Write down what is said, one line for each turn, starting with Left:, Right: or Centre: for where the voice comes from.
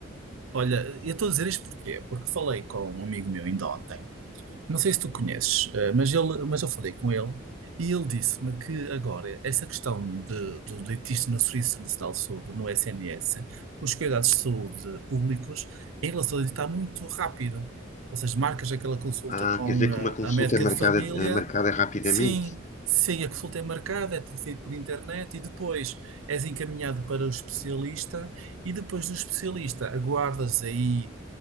Right: olha, eu estou a dizer isto porquê? Porque falei com um amigo meu ainda ontem Não sei se tu conheces, eh, mas, ele, mas eu falei com ele e ele disse-me que agora essa questão de, do dentista no Serviço Nacional de Saúde, no SNS, os cuidados de saúde públicos, em relação a isso está muito rápido. Ou seja, marcas aquela consulta
Left: Ah,
Right: com
Left: quer dizer
Right: eh,
Left: que uma consulta
Right: a médica
Left: é marcada,
Right: de família,
Left: é marcada rapidamente.
Right: sim, sim, a consulta é marcada, é tudo feito por internet e depois és encaminhado para o especialista e depois do especialista aguardas aí